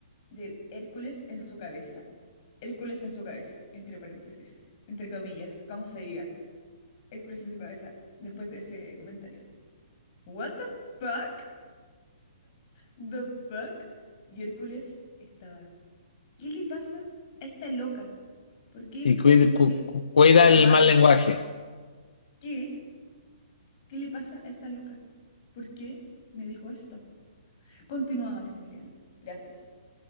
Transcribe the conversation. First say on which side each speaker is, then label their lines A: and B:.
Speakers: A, on the left; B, on the left.
A: de Hércules en su cabeza. Hércules en su cabeza, entre paréntesis, entre comillas, como se diga. Hércules en su cabeza después de ese comentario. What the fuck? The fuck? Y Hércules estaba. ¿Qué le pasa a esta loca? ¿Por qué
B: Y
A: me está
B: cuida,
A: diciendo
B: cu-
A: que
B: cu- cuida
A: what?
B: el mal lenguaje,
A: ¿Qué? ¿Qué le pasa a esta loca? ¿Por qué me dijo esto? Continúa Maximiliano. Gracias.